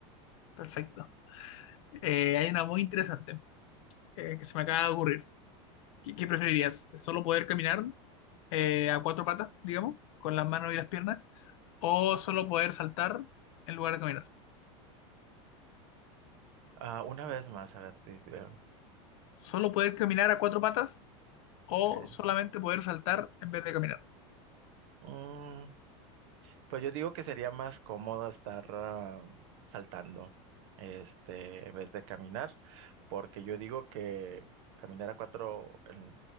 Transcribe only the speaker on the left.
Perfecto. Eh, hay una muy interesante eh, que se me acaba de ocurrir. ¿Qué, qué preferirías? ¿Solo poder caminar eh, a cuatro patas, digamos, con las manos y las piernas? o solo poder saltar en lugar de caminar.
Solo poder caminar a cuatro patas o
solamente poder saltar en vez de caminar.